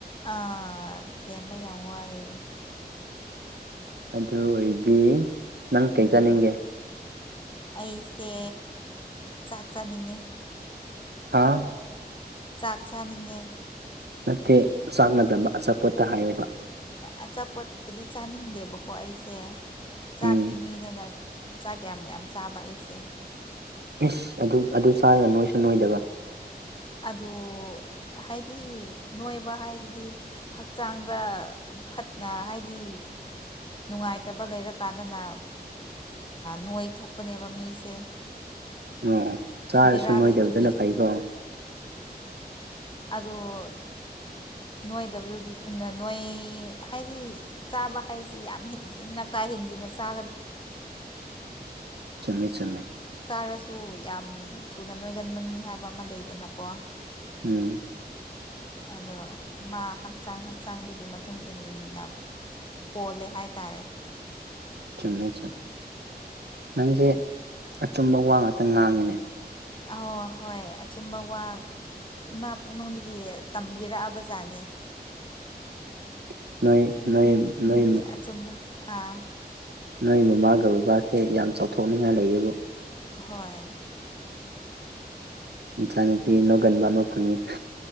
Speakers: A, on the left (about 30°); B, on the right (about 85°).
A: ꯑ ꯊꯦꯝꯕ ꯌꯥ ꯋꯥꯑꯦ
B: ꯑꯗꯨ ꯑꯣꯏꯔꯗꯤ ꯅꯪ ꯀꯩ
A: ꯎꯝ
B: ꯆꯥꯅꯤꯡꯒꯦ
A: ꯑꯩꯁꯦ ꯆꯥꯛ ꯆꯥꯅꯤꯡꯉꯤ
B: ꯍꯥꯥ
A: ꯆꯥꯛ ꯆꯥꯅꯤꯡꯉꯦ
B: ꯅꯠꯇꯦ ꯆꯥꯛꯅꯗꯕ ꯑꯆꯥꯄꯣꯠꯇ ꯍꯥꯏꯌꯨꯕ
A: ꯑꯆꯥꯄꯣꯠꯄꯨꯗꯤ ꯆꯥꯅꯤꯡꯗꯦꯕꯀꯣ ꯑꯩꯁꯦ ꯆꯥꯛꯀꯤ
B: ꯎꯝ
A: ꯃꯤꯅꯦꯅ ꯆꯥꯛ ꯀꯌꯥꯝ ꯌꯥꯝ ꯆꯥꯕ ꯑꯩꯁꯦ
B: ꯏꯁ ꯑꯗꯨ ꯑꯗꯨ ꯆꯥꯔꯒ ꯅꯣꯏꯁꯨ ꯅꯣꯏꯗꯕ
A: ꯑꯗꯨ ꯍꯥꯏꯗꯤ ꯅꯣꯏꯕ ꯍꯥꯏꯁꯤꯗꯤ ꯍꯛꯆꯥꯡꯗ ꯐꯠꯅ ꯍꯥꯏꯗꯤ ꯅꯨꯡꯉꯥꯏꯇꯕ ꯂꯩꯔꯀꯥꯟꯗꯅ ꯅꯣꯏ ꯊꯣꯛꯄꯅꯦꯕ ꯃꯤꯁꯦ
B: ꯑꯣꯑꯣ ꯆꯥꯔꯁꯨ
A: ꯕꯦꯔꯥ
B: ꯅꯣꯏꯗꯕꯗꯅ
A: ꯂꯩꯕꯒꯤ
B: ꯐꯩꯀꯣ
A: ꯑꯗꯨꯣ ꯅꯣꯏꯗꯕꯗꯨꯗꯤ ꯅꯣꯏ ꯍꯥꯏꯗꯤ ꯆꯥꯕ ꯍꯥꯏꯁꯤ ꯌꯥꯝ ꯍꯤꯟꯖꯤꯟꯅ ꯀꯥꯏꯩ ꯆ
B: ꯆꯨꯝꯃꯦ ꯆꯨꯝꯃꯦ
A: ꯈ ꯁꯨ ꯌꯥꯝ ꯊꯨꯅ ꯅꯣꯏꯒꯟꯕ ꯃꯤ ꯍꯥꯏꯕ ꯑꯃ ꯂꯩꯗꯅꯀꯣ
B: ꯎꯝ
A: ꯑꯗꯣ ꯃꯥ ꯍꯛꯆꯥꯡ ꯍꯛꯆꯥꯡꯗꯨꯒꯤ ꯃꯇꯨꯡ ꯏꯟꯅ ꯄꯣꯜꯂꯦ ꯍꯥꯏ ꯇꯔꯦ
B: ꯆꯨꯝꯃꯦ ꯆꯨꯝꯃꯦ ꯅꯪꯁꯦ ꯑꯆꯨꯝꯕ ꯋꯥ ꯉꯥꯛꯇ ꯉꯥꯡꯉꯤꯅꯦ
A: ꯑ ꯍꯣꯏ ꯑꯆꯨꯝꯕ ꯋꯥ ꯏꯃꯥ ꯄꯨꯛꯅꯨꯡꯗꯒꯤ ꯇꯝꯕꯤꯔꯛꯑꯕ ꯖꯥꯠꯅꯦ
B: <inaudible>
A: ꯑꯆꯨꯝꯕ ꯑꯥ
B: ꯅꯣꯏ ꯃꯃꯥꯒ ꯕꯕꯥꯁꯦ ꯌꯥꯝ ꯆꯥꯎꯊꯣꯛꯅꯤꯡꯉꯥꯏ ꯂꯩꯌꯦꯕꯨ
A: ꯍꯣꯏ
B: ꯎꯝ ꯏꯆꯥ ꯅꯨꯨꯄꯤ ꯅꯣꯡꯒꯟꯕ ꯑꯃ ꯐꯪꯉꯦ